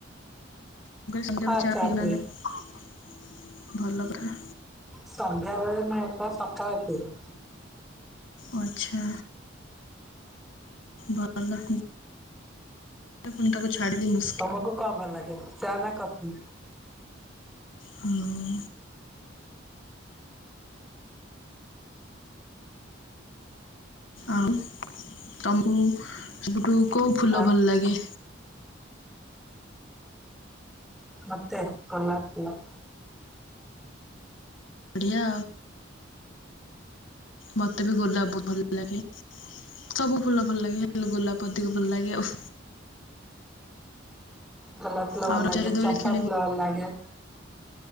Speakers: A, on the left (about 80°); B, in the centre.
A: ସନ୍ଧ୍ୟାକୁ
B: ହଁ
A: ଚା ପିଉନା
B: ପିଏ।
A: ନା ନାଇଁ? ଭଲ ପରା
B: ସଂନ୍ଧ୍ୟାବେଳେ ନୁହ ତ ସକାଳେ ପିଏ।
A: ଆଛା ଭଲ। ପୁଣି ତାକୁ ଛାଡ଼ିବି ମୁ
B: ତମକୁ କଣ ଭଲ ଲାଗେ ଚା ନା କଫି?
A: ହୁଁ। ଆଉ ତମକୁ ସବୁଠୁ କୋଉ ଫୁଲ
B: ଆ
A: ଭଲ ଲାଗେ?
B: ମତେ କଲାକଲା।
A: ବଢ଼ିଆ। ମୋତେ ବି ଗୁଲା ବହୁତ ଭଲ ଲାଗେ। ସବୁ ଫୁଲ ଭଲ ଲାଗେ ଗୋଲାପ ଅଧିକ ଭଲ ଲାଗେ ଆଉ।
B: ଗୋଲାଫ ଫୁଲ
A: ଆଉ
B: ଭଲ ଲାଗେ।
A: ରଜରେ ଦୋଳି
B: ଚମ୍ପା
A: ଖେଳିବ
B: ଫୁଲ ଭଲ ଲାଗେ।